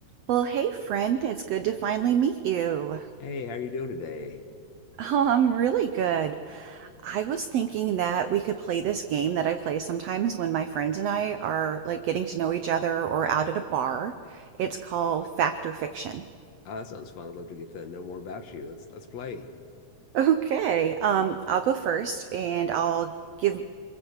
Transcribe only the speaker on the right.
Well, hey, friend, it's good to finally meet you.
Oh, I'm really good. I was thinking that we could play this game that I play sometimes when my friends and I are like getting to know each other or out at a bar. It's called Fact or Fiction. <laughs>
Okay, um, I'll go first and I'll give